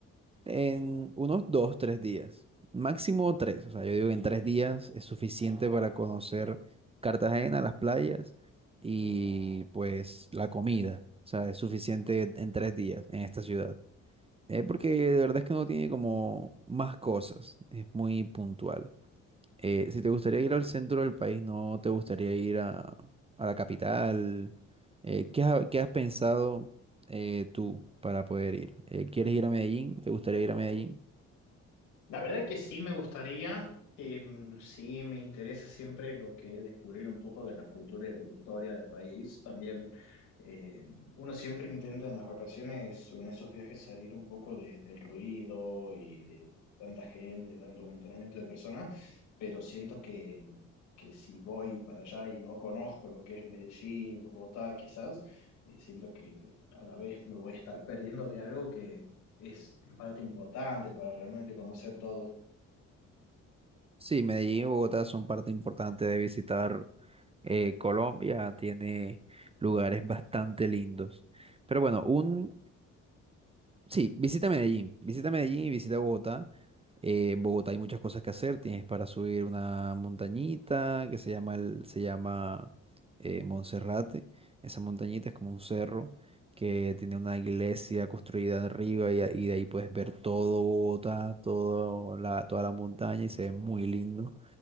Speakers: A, on the right; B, on the left.
A: en unos dos, tres días. Máximo tres. O sea, yo digo que en tres días es suficiente para conocer Cartagena, las playas y pues la comida. O sea, es suficiente en tres días en esta ciudad. Eh, porque de verdad es que no tiene como más cosas, es muy puntual. Eh, si te gustaría ir al centro del país, ¿no te gustaría ir a, a la capital? Eh, ¿qué has, qué has pensado eh, tú para poder ir? Eh, ¿quieres ir a Medellín? ¿Te gustaría ir a Medellín?
B: La verdad que sí me gustaría, em, sí me interesa siempre lo que es descubrir un poco de la cultura y de la historia del país. También em, uno siempre intenta en las vacaciones o en esos viajes salir un poco de- del ruido y de tanta gente, tanto amontonamiento de personas, pero siento que, que si voy para allá y no conozco lo que es Medellín, Bogotá, quizás, eh, siento que a la vez me voy a estar perdiendo de algo es en parte importante para realmente conocer todo.
A: Sí, Medellín y Bogotá son parte importante de visitar eh, Colombia, tiene lugares bastante lindos. Pero bueno, un, Sí, visita Medellín, visita Medellín y visita Bogotá. Eh, en Bogotá hay muchas cosas que hacer. Tienes para subir una montañita que se llama, el, se llama eh, Monserrate. Esa montañita es como un cerro que tiene una iglesia construida arriba y, a- y de ahí puedes ver todo Bogotá, todo la, toda la montaña y se ve muy lindo.